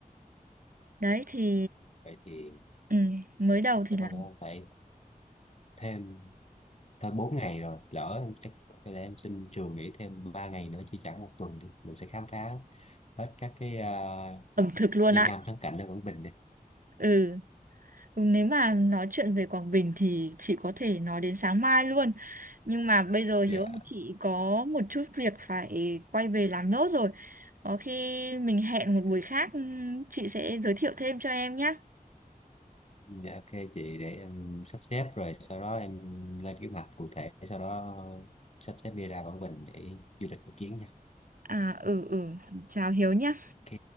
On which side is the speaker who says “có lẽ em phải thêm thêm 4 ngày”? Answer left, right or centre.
Left